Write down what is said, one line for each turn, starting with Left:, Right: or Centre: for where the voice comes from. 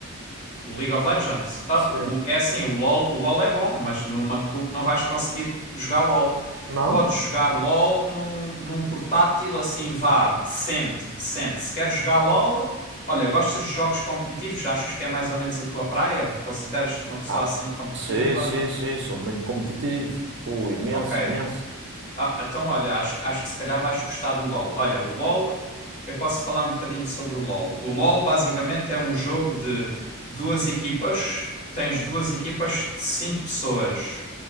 Left: O League of Legends. Ah,
Right: Sim.
Left: o- é assim, o LoL, o LoL é bom, mas no MacBook não vais conseguir jogar LoL.
Right: Não?
Left: Podes jogar LoL num, num portátil assim, vá, decente, decente. Se queres jogar LoL, olha, gostas de jogos competitivos? Achas que é mais ou menos a tua praia? Consideras-te uma pessoa
Right: Ah,
Left: assim competitiva?
Right: sim, sim, sim. Sou muito competitivo. Pô, imenso,
Left: Ok.
Right: imenso.
Left: Ah, então, olha, acho, acho que se calhar vais gostar do LoL. Olha, o LoL, eu posso falar um bocadinho sobre o LoL. O LoL basicamente é um jogo de duas equipas, tens duas equipas de cinco pessoas,